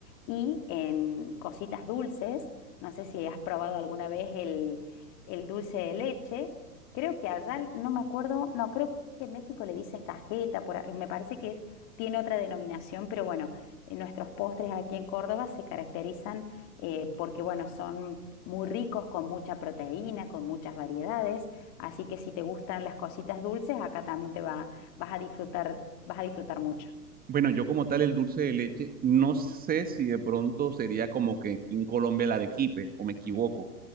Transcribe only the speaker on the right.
Bueno, yo como tal el dulce de leche, no sé si de pronto sería como que aquí en Colombia el arequipe, o me equivoco.